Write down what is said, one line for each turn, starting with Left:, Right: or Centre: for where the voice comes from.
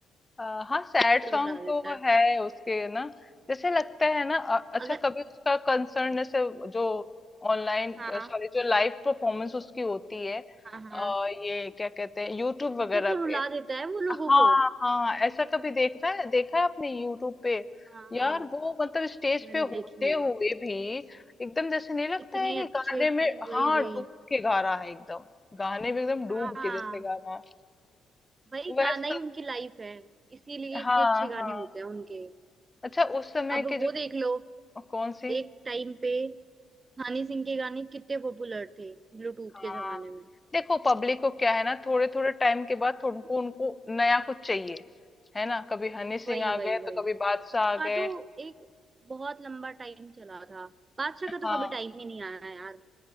Left: अ, हाँ सैड
Right: वो तो
Left: सॉन्ग
Right: रुला देता
Left: तो
Right: है
Left: है उसके ना जैसे लगता है ना अ- अच्छा
Right: अगर
Left: कभी उसका कंसर्न जैसे जो ऑनलाइन
Right: हाँ
Left: सॉरी जो लाइव परफॉर्मेंस उसकी होती है
Right: हाँ हाँ
Left: आ, ये क्या कहते हैं यूट्यूब
Right: उसमें
Left: वगैरह
Right: तो रुला
Left: पे
Right: देता है वो लोगों
Left: हाँ
Right: को
Left: हाँ ऐसा कभी देख रहा है देखा है आपने यूट्यूब पे
Right: हाँ
Left: यार
Right: हाँ
Left: वो मतलब स्टेज
Right: मैंने
Left: पे होते
Right: देखी है
Left: हुए भी एकदम जैसे नहीं लगता
Right: इतने
Left: है कि
Right: अच्छे
Left: गाने
Right: इतने
Left: में
Right: वही
Left: हाँ
Right: वही
Left: डूब के गा रहा है एकदम गाने में एकदम डूब
Right: हाँ
Left: के जैसे गा रहा है
Right: वही गाना
Left: वैसा
Right: ही उनकी लाइफ है इसीलिए इतने
Left: हाँ
Right: अच्छे गाने
Left: हाँ
Right: होते हैं उनके
Left: अच्छा उस समय
Right: अब
Left: के जो
Right: वो देख लो
Left: कौन सी
Right: एक टाइम पे हनी सिंह के गाने कितने पॉपुलर थे ब्लूटूथ
Left: हाँ
Right: के जमाने में
Left: देखो जी पब्लिक को क्या है ना थोड़े थोड़े टाइम के बाद उनको उनको नया कुछ चाहिए है ना कभी हनी सिंह
Right: वही
Left: आ
Right: वही
Left: गए
Right: वही
Left: तो कभी बादशाह आ
Right: का
Left: गए
Right: तो एक बहुत लंबा टाइम चला था बादशाह
Left: हाँ
Right: का तो कभी टाइम ही नहीं आया यार